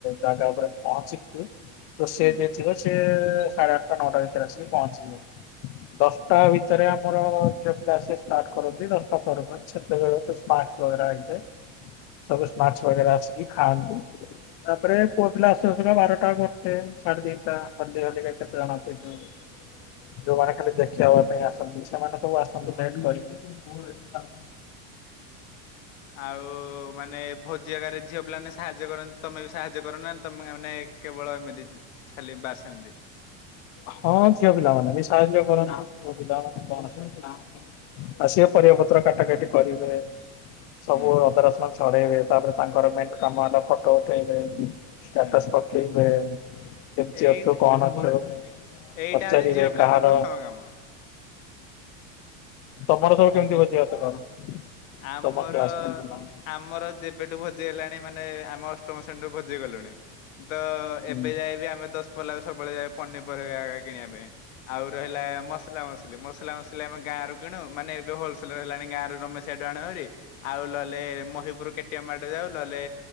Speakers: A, on the left (about 40°); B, on the left (about 85°).
A: ଜାଗା ଉପରେ ପହଞ୍ଚିିକି ତ
B: ଆଉ
A: ସିଏ ଯିଏ ଥିବେ ସିଏ ସାଢ଼େ ଆଠଟା ନଅଟା ଭିତରେ ଆସିକି ପହଞ୍ଚିଯିବେ। ତା ଭିତରେ ଆମର ଝିଅପିଲା ଆସିବା ଷ୍ଟାର୍ଟ କରନ୍ତି ଦଶଟା ପରେ ପରେ। ସେତେବେଳକୁ ସ୍ନାକ୍ସ ବଗେରା ହେଇଥାଏ ସବୁ ଶ୍ନାକ୍ସ ବଗେରା ଆସିକି ଖାଆନ୍ତି। ତାପରେ ପୁଅ ପିଲା ଆସୁ ଆସୁକା ବାରଟା ଗୋଟେ ସାଢେ ତିନିଟା ହଲି ହଲିକା କେତେ ଜଣ ଯୋଉମାନେ ଖାଲି ଦେଖ ଖେଇହବା ପାଇଁ ଆସନ୍ତି ସେମାନେ ସବୁ ଆସନ୍ତି ଲେଟ୍ କରିକି।
B: ଆଉ ମାନେ ଭୋଜି ଆଗରେ ଝିଅ ପିଲାମାନେ ସାହାଯ୍ୟ ସାହାଯ୍ୟ କରନ୍ତି ତମେ ବି ସାହାଯ୍ୟ କର ନା ତମେ ମାନେ କେବଳ ଏମିତି ଖାଲି ବାସ୍ ଏମିତି?
A: ହଁ ଝିଅ ପିଲାମାନେ ବି ସାହାଯ୍ୟ କରନ୍ତି ପୁଅ ପିଲାମାନେ କଣ ସବୁ ଆସିବେ ପରିବା ପତ୍ର କାଟା କଟି କରିବେ। ସବୁ
B: ହୁଁ
A: ଅଦା ରସୁଣ ଛଡେଇବେ। ତାପରେ ତାଙ୍କର ମେନ କାମ ହେଲା ଫଟୋ ଉଠେଇବେ। ଷ୍ଟାଟସ୍
B: ହୁଁ
A: ପକେଇବେ କେମତି
B: ଏଇଟା
A: ଅଛୁ କଣ ଅଛୁ।
B: ଏଇଟା
A: ପଚାରିବେ
B: ହେଉଛି ଝିଅ ପିଲାର
A: କାହାର
B: ପ୍ରଥମ କାମ।
A: ତମର ସବୁ କେମିତି ଭୋଜି ଭାତ କର?
B: ଆମର
A: ତମ କ୍ଲାସମେଟ୍ ପିଲାଙ୍କୁ
B: ଆମର ଯେବେଠୁ ଭୋଜି ହେଲାଣି ମାନେ ଆମେ ଅଷ୍ଟମ ଶ୍ରେଣୀରୁ ଭୋଜି କଲୁଣି ତ
A: ହୁଁ
B: ଏବେ ଯାଏ ଆମେ ଦଶ ପିଲାଉ ସବୁବେଳେ ଯାଇ ପନିରିବା କିଣିବା ପାଇଁ। ଆଉ ରହିଲା ମସଲା ମସଲି ମସଲା ମସଲି ଆମେ ଗାଁ ର କିଣୁ ମାନେ ଏବେ ହୋଲସେଲ ର ହେଲାଣି ଗାଁରୁ ର ସେଡୁ ଆଣେ ହେରି ଆଉ ଲଲେ ମହିପୁର କେଟିଏମ ମାଡେ ଯାଉ ଲଲେ